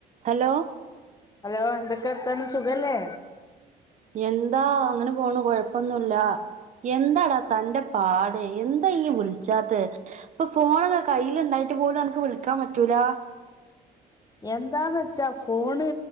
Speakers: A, on the right; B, on the left.
A: Hello.
B: Hello. എന്തൊക്കെ വർത്താനം സുഖല്ലേ?
A: എന്താ അങ്ങനെ പോണു. കൊഴപ്പൊന്നുല്ല. എന്താടാ തന്റെ പാട് എന്താ ഇയ്യ് വിളിച്ചാത്തെ ഇപ്പൊ ഫോണൊക്കെ കയ്യിലുണ്ടായിട്ട് പോലും അനക്ക് വിളിക്കാൻ പറ്റൂല.
B: എന്താന്ന് വെച്ചാ ഫോണ്.